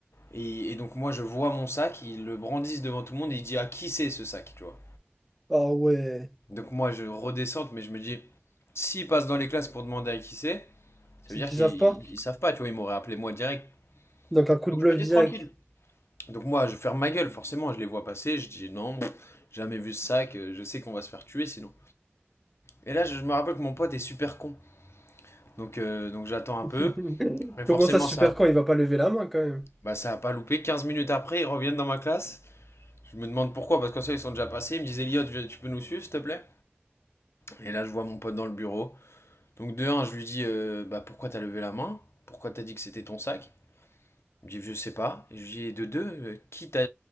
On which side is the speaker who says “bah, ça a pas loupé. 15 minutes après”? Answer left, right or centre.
Left